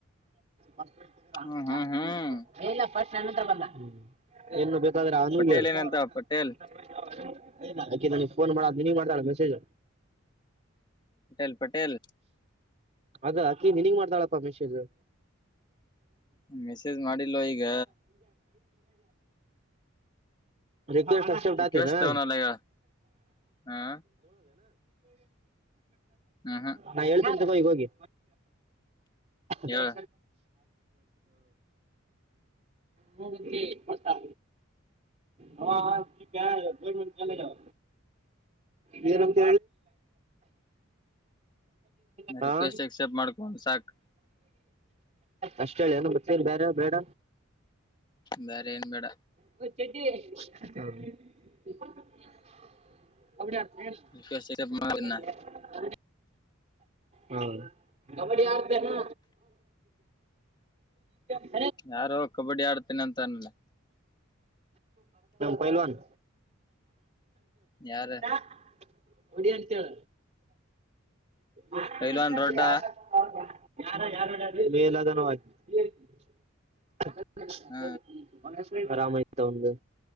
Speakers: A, on the right; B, on the left.
A: ಫಸ್ಟ್
B: ಹ್ಮ್ ಹ್ಮ್ ಹ್ಮ್
A: ಹತ್ರ ಬಂದ <unintelligible>
B: ಪಟೇಲ್ ಏನಂತ ಪಟೇಲ್
A: ನ್ ಮ ದನ ಮಾಡಳ ಬೆಸಜ
B: ಪಟೇಲ್ ಪಟೇಲ್
A: ಅದ ಅಕಿ ನೀನ್ಗ್ ಮಾಡ್ತಾಳಪ್ಪ ಅಮಿಷ್ದು
B: ಮೆಸೇಜ್ ಮಾಡಿಲ್ವ ಈಗ
A: ಂಜ ರೆಗ್ಯುಲರ್ ಸಕ್ಷೆ
B: ರಿಕ್ವೆಸ್ಟ್
A: ನಳ
B: ತವನಲ್ಲ ಈಗ ಹ ಹ್ಮ್ ಹ್ಮ್
A: ನಾ ಹೇಳ್ತ ತಗೋ ಹೋಗಿ ನ
B: ಹೇಳ
A: ಹ ಹ ಮಟ್ಟಾ ಹಾ ಗರ್ಮೆಂಟ್ ಕಾಲಜಾವ ನೀರಂತ ಹ
B: ರಿಕ್ವೆಸ್ಟ್ ಎಕ್ಸೆಪ್ಟ್ ಮಾಡ್ಕೊಂಡ್ ಸಾಕ್
A: ಅಷ್ಟ ಹೇಳಿ ಏನು ಗತ್ತಲ್ಲಿ ಬೇರೆ ಬೇಡ
B: ಬರೆ ಏನ್ ಬೇಡ
A: ಚೆಟ್ಟಿ ಅ ಹ
B: ರಿಕ್ವೆಸ್ಟ್ ಎಕ್ಸೆಪ್ಟ್ ಮಾಡಿನ
A: ಹೌ ಕಬಡ್ಡಿ ಆಡ್ತೇನಾ ಇನ
B: ಯಾರು ಕಬಡ್ಡಿ ಆಡ್ತೇನೆ ಅಂತ ಅನ್ಲ್
A: ಪಲ್ವನ್
B: ಯಾರ
A: ತ ಹೊಡಿ ಅಂತ ಹೇಳ ಆ <unintelligible>
B: ಪೈಲ್ವಾನ್ ರೊಡ್ಡ
A: ಮೇಲದನವಾಗಿ <unintelligible> <unintelligible>
B: ಹ
A: ಅವನು ಹೆಸರು ಏನು ಆರಾಮ ಆಯ್ತು ತಗೊಂಡು